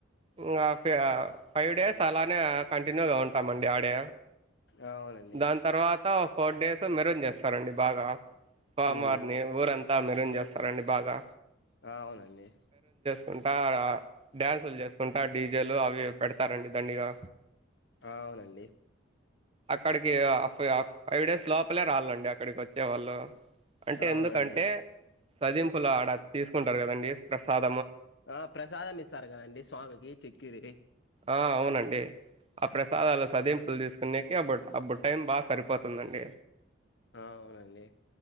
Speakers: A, on the right; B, on the left.
A: ఇంగా ఫైవ్ డేస్ అలానే కంటిన్యూగా ఉంటామండి ఆడే
B: ఆ అవునండి
A: దాని తర్వాత ఫోర్ డేస్ మెరుంజె సరండి బాగా ఫామార్ని
B: ఉమ్
A: ఊరంతామె చేస్తారండి బాగా
B: ఆ అవునండి
A: కుంటా ఆడ డ్యాన్సులు చేసుకుంటా డీజేలు అవి పెడతారండి దండిగా
B: ఆ అవునండి
A: అక్కడికి ఫైవ్ డేస్ లోపలే రాలండి అక్కడికొచ్చే వాళ్ళు అంటే
B: ఆ
A: ఎందుకంటే
B: అవునండి
A: సదింపులా ఆడ తీసుకుంటారు కదండి ప్రసాద్
B: ఆ ప్రసాదం ఇస్తారు కదండి స్వామికి చిక్కిరి
A: ఆ అవునండి ఆ ప్రసాదాల సదింపుల్ తీస్ న్నీకి ఆ బట్ ఆ బుట్ టైం బాగా సరిపోతుందండి
B: ఆ అవునండి